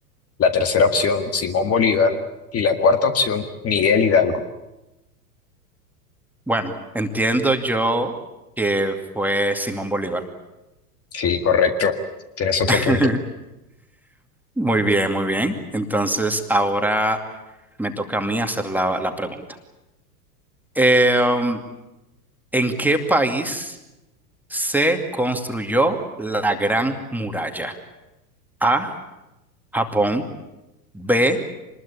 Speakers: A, on the left (about 30°); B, in the centre.
A: la tercera opción Simón Bolívar y la cuarta opción Miguel Hidalgo.
B: Bueno, entiendo yo que fue Simón Bolívar.
A: Sí, correcto. Tienes otro
B: <laughs>
A: punto.
B: Muy bien, muy bien. Entonces, ahora me toca a mí hacer la, la pregunta. Eh, um, ¿en qué país se construyó la Gran Muralla? A, Japón, B,